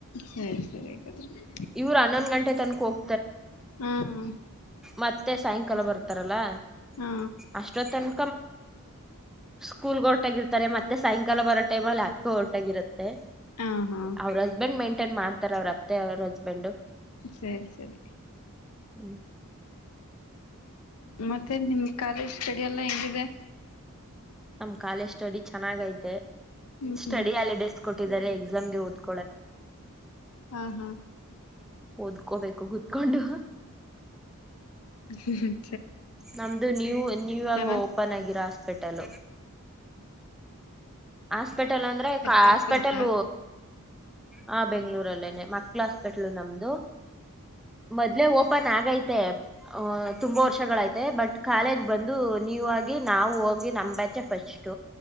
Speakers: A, on the left; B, in the centre.
A: ಸರಿ ಸರಿ ಹಾಗಾದ್ರೆ
B: ಇವರು ಹನ್ನೊಂದ ಗಂಟೆ ತನ್ಕ ಹೋಗ
A: ಹಾ
B: ಮತ್ತೆ ಸಾಯಂಕಾಲ ಬರ್ತಾರಲ್ಲ
A: ಹಾ
B: ಅಷ್ಟೊತ್ತನ ಸ್ಕೂಲ್ ಹೊಟಾಗಿ ಇರ್ತಾರೆ ಮತ್ತೆ ಸಾಯಂಕಾಲ ಬರೋ ಟೈಮ್ ಅಲ್ಲಿ ಆಗ್ ಕೋರ್ಟಗಿರುತ್ತೆ
A: ಹಾ ಹಾ
B: ಅವ್ರ ಹಸ್ಬೆಂಡ್ ಮೇಂಟೇನ್ ಮಾಡ್ತಾರ ಅವ್ರ ಅತ್ತೆ ಅವ್ರ ಹಸ್ಬೆಂಡು
A: ಸರಿ ಸರಿ
B: ಹ್ಮ್
A: ಮತ್ತೆ ನಿಮ ಕಾಲೇಜ್ ಸ್ಟಡಿ ಎಲ್ಲ ಹೆಂಗಿದೆ
B: ನಮ್ ಕಾಲೇಜ್ ಸ್ಟಡಿ ಚೆನ್ನಾಗ ಅಯ್ತೆ
A: ಹ್ಮ್
B: ಸ್ಟಡಿ
A: ಹ್ಮ್
B: ಹಾಲಿಡೇಸ್ ಕೊಟ್ಟಿದ್ದಾರೆ ಎಕ್ಸಾಮ್ಗೆ ಹದ
A: ಹಾ ಹಾ
B: ಓದ್ಕೋಬೇಕು ಕುತ್ಕೊಂಡು
A: ಹ್ಮ್ ಹ್ಮ್
B: ನಮ್ದು ನ್ಯೂ ನ್ಯೂ
A: ಚೆನ್ನಾಗ್
B: ಆಗ ಓಪನ್ ಆಗಿರೋ ಹಾಸ್ಪಿಟಲ್ ಹಾಸ್ಪಿಟಲ್ ಅಂದ್ರೆ ಹಾಸ್ಪಿಟಲ್
A: ಬೆಂಗಳೂರಲ್ಲ?
B: ಹಾ ಬೆಂಗ್ಳೂರಲ್ಲೇನೆ ಮಕ್ಳ ಹಾಸ್ಪೆಟ್ಲು ನಮ್ದು ಮೊದ್ಲೆೇ ಓಪನ್ ಆಗೈತೆ ತುಂಬಾ ವರ್ಷಗಳ ಐತೆ ಬಟ್ ಕಾಲೇಜ್ ಬಂದು ನೀವು ಆಗಿ ನಾವು ಹೋಗಿ ನಮಂಬ್ಯಾಚೆ ಫಸ್ಟ್